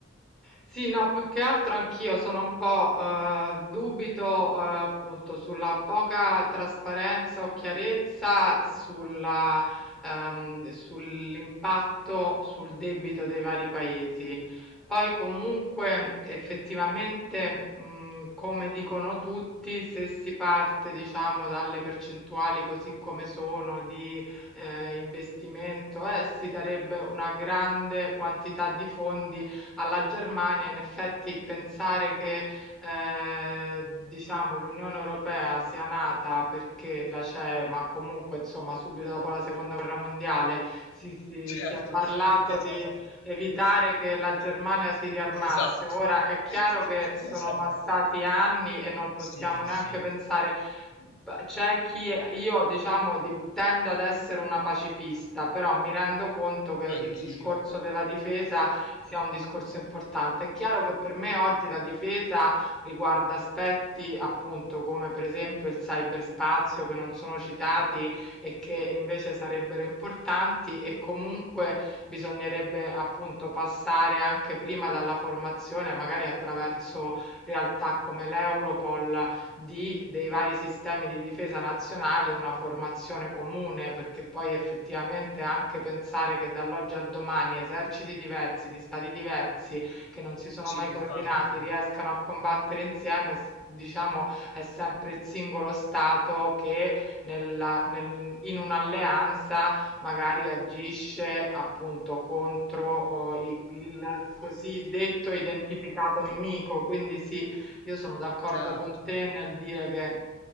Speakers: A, in the centre; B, on the left (about 80°).
A: Sì, no, più che altro anch'io sono un po', eh, dubito, eh, appunto sulla poca trasparenza o chiarezza sulla, ehm, sull'impatto sul debito dei vari paesi. Poi comunque effettivamente, mh, come dicono tutti, se si parte, diciamo, dalle percentuali così come sono di eh, investimento, eh, si darebbe una grande quantità di fondi alla Germania, in effetti pensare che eh, diciamo l'Unione Europea sia nata perché la CE, ma comunque insomma subito dopo la Seconda Guerra Mondiale si, si,
B: <laughs> Certo,
A: si è parlato
B: perché
A: di
B: ce l'ha fatta.
A: evitare che la Germania si riarmasse.
B: Esatto.
A: Ora è
B: <laughs>
A: chiaro che sono
B: Esatto.
A: passati anni e non possiamo
B: Sì,
A: neanche
B: sì,
A: pensare Beh, c'è chi io diciamo di- tendo ad essere una pacifista, però mi rendo conto che
B: anch'io.
A: il discorso della difesa sia un discorso importante. È chiaro che per me oggi la difesa riguarda aspetti appunto come per esempio il cyberspazio che non sono citati e che invece sarebbero importanti e comunque bisognerebbe appunto passare anche prima dalla formazione, magari attraverso realtà come l'Europol di dei vari sistemi di difesa nazionali una formazione comune, perché poi effettivamente anche pensare che dall'oggi al domani eserciti diversi di stati diversi che non si sono
B: Sì,
A: mai
B: infatti.
A: coordinati riescano a combattere insieme, s- diciamo, è sempre il singolo stato che nella- nel- in un'alleanza magari agisce appunto contro oh, i- il cosiddetto identificato nemico, quindi sì, io sono d'accordo
B: Certo.
A: con te nel dire che